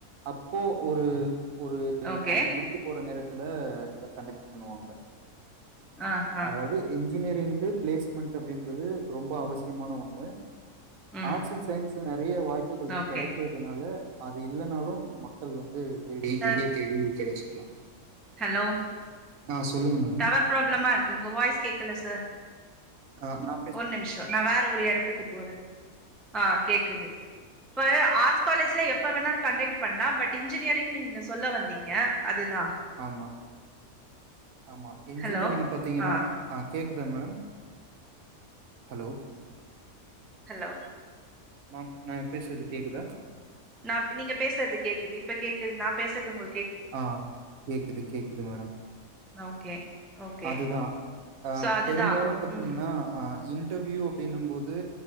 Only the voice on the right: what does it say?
அப்போ ஒரு ஒரு
அவுங்க முடி க்க போற நேரத்துல கண்டக்ட் பண்ணுவாங்க
அதாவது இன்ஜினியரிங்க்கு பிளேஸ்மண்ட்டு அப்டின்றது ரொம்ப அவசியமான ஒண்ணு
ஆர்ட்ஸ் அண் சயின்ஸ்ல நெறைய வாய்ப்புகள்
கெடைக்க கனால அது இல்லனாலு மக்கள் வந்து தேடி
தேடி தேடி கெடச்சுக்லா
ஆ சொல்லுங்க மேம்
ஆ நா
ஆமா ஆமா இன்ஜினியரிங்
பாத்தீங்கன்னா
ஆ கேக்குதா மேடம் ஹலோ
மேம் நா பேசுறது கேக்குதா
ஆ கேக்குது கேக்குது மேடம்
அதுதா அ
பெரும்பாலு பாத்தீங்கன்னா
அ இன் டர்வியூ அப்டினம் போது